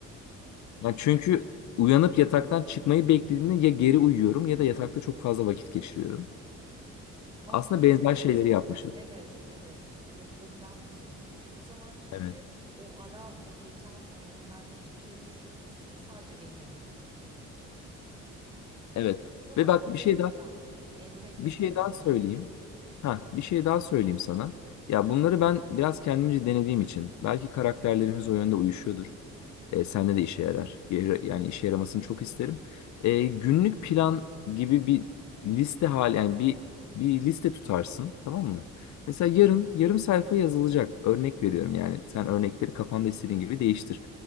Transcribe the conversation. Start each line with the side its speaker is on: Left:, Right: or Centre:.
Left: Yani çünkü uyanıp yataktan çıkmayı beklediğimde ya geri uyuyorum ya da yatakta çok fazla vakit geçiriyorum.
Right: <laughs> Bak
Left: Aslında
Right: bu yöntem
Left: benzer şeyleri
Right: o zaman
Left: yapmışız.
Right: evet evet yapılabilen bir şeymiş. O zaman çünkü
Left: Evet.
Right: o ara o geçen saniyelerde hiçbir şey düşünmüyorsun ve sadece eylemi yapıyorsun.
Left: Evet.
Right: O zaman
Left: Ve bak
Right: bunu
Left: bir
Right: deneyeceğim.
Left: şey daha
Right: Entegre
Left: bir
Right: etmeyi
Left: şey daha
Right: de
Left: söyleyeyim.
Right: deneyeceğim.
Left: Ha, bir şey daha söyleyeyim sana. Ya bunları ben biraz kendimce denediğim için belki karakterlerimiz o yönde uyuşuyordur. E, sende de işe yarar. Yani işe yaramasını çok isterim. E, günlük plan gibi bir liste hali yani bir bir liste tutarsın tamam mı? Mesela yarın yarım sayfa yazılacak. Örnek veriyorum yani sen örnekleri kafanda istediğin gibi değiştir.